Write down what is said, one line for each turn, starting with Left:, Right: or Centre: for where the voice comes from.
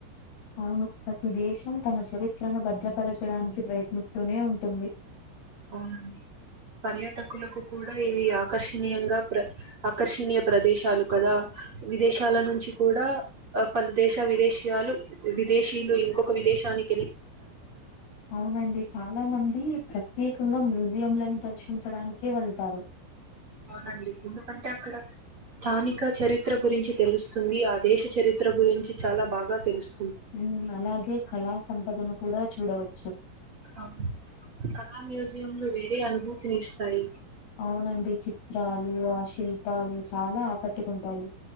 Left: అవును ప్రతి దేశం తన చరిత్రను భద్రపరచడానికి ప్రయత్నిస్తూనే ఉంటుంది.
Right: అవునండి పర్యాటకులకు కూడా ఇవి ఆకర్షణీయంగా ప్ర ఆకర్షణీయ ప్రదేశాలు కదా. విదేశాల నుంచి కూడా పలు దేశ విదేశీయ వాల్లు విదేశీలు ఇంకొక విదేశాని
Left: అవునండి చాలా మంది ప్ర త్యేకంగా మ్యూజియంలను దర్శించడానికే వెళ్తారు.
Right: అవునండి ఎందుకంటే అక్కడ స్థానిక చరిత్ర గురించి తెలుస్తుంది. ఆ దేశ చరిత్ర గురించి చాలా బాగా తెలుసు
Left: ఉ అలాగే కళా సంపదను కూడా చూడవచ్చు.
Right: అవును కళా మ్యూజియంలు వేరే అనుభూతిని ఇస్తాయి.
Left: అవునండి చిత్రాలు, ఆ శిల్పాలు చాలా ఆకట్టుకుంటాయి.